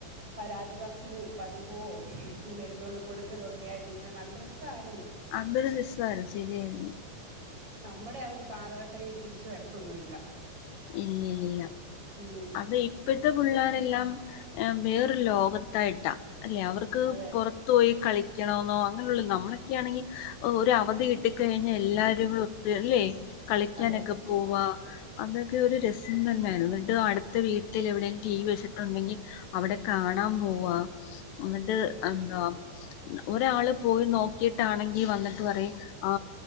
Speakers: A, on the right (about 30°); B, on the left (about 80°).
A: പരാതി പർച്ചിലും പരിഭവും പിന്നെ എടുത്തുക കൊണ്ട് കൊടുക്കലൊക്കെ ആയിട്ട് ഇങ്ങനെ നല്ല രസമായിരുന്നു.
B: അന്തൊരു രസ ശരിയായിരുന്നു
A: നമ്മുടെ ആ ഒരു കാലഘട്ടം ഇനി തിരിച്ച വരത്തൊന്നുമില്ല
B: ഇല്ലല്ലില്ല
A: ഉം
B: അത് ഇപ്പോഴത്തെ പിള്ളേരെല്ലാം വേറൊരു ലോക യിട്ട അല്ലെ അവർക്ക്
A: അതെ
B: പുറ പോയി കളിക്കണമെന്നോ അങ്ങനെയുള്ളള്ള നമ്മളൊക്കൊണെങ്കിൽ് ഒരു അവധി കിട്ടിക്കഴിഞ്ഞാൽ എല്ലാവാരും അല്ലെ കളിക്കാനൊക്കെ
A: അതെ
B: പോവാ അന്നെക്കെ ഒരു രസം തന്നെയായിരുന്നു എന്നിട്ട് അടുത്ത വീട്ടിൽ എവിടെും ടീ വെച്ചിട്ടുണ്ടെങ്കിൽ അവിടെ കാണാൻ പോവാ എന്നിട്ട്
A: ഉം
B: എന്താ ഒരാള് പോയി നോക്കിട്ടാണെങ്കിൽ വന്നിട്ട് പറയും ആ